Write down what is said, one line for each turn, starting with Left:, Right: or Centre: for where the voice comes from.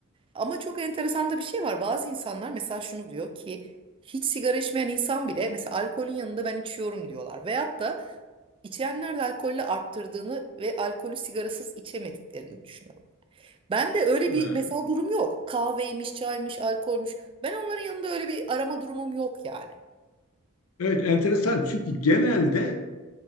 Right: ama çok enteresan da bir şey var bazı insanlar mesela şunu diyor ki hiç sigara içmeyen insan bile mesela alkolün yanında ben içiyorum diyorlar veyahut da içenler de alkolle arttırdığını ve alkolü sigarasız içemediklerini düşünüyorlar. Ben de öyle bir
Left: Ha.
Right: mesela durum yok kahveymiş çaymış alkolmüş ben onların yanında öyle bir arama durumum yok yani.
Left: Evet, enteresan. Çünkü genelde